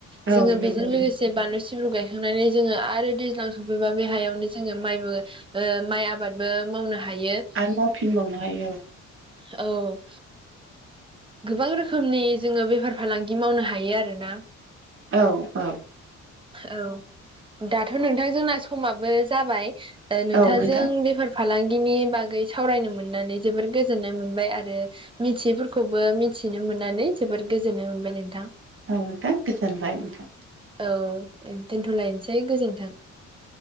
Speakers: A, on the right; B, on the right.
A: जोङो
B: औ
A: बेजों
B: नंगौ
A: लोगोसे बानलु सिब्रु गाय थांनानै जोङो आरो दैज्लां सफैबा बे हायावनो जोङो माइबो ओ माइ आबाद ओ बुंनो मावनो हायो।
B: आरो मावफिनबावनो हायो।
A: औ गोबां रोखोमनि जोङो बेफार फालांगि मावनो हायो आरोना
B: औ औ
A: औ दाथ' नोंथां जोंना समाबो जाबाय नोंथांजों
B: औ नोंथां
A: बेफार फालांगिनि बागै सावरायनो मोननानै जोबोोर गोजोननाय मोनबाय आरो मिथियैफोरखौबो मिथिनो मोननानै जोबोद गोजोननाय मोनबाय नोंथां
B: औ नोंथां गोजोनबाय नोंथां
A: औ दोनथ'लायनोसै गोजोनथों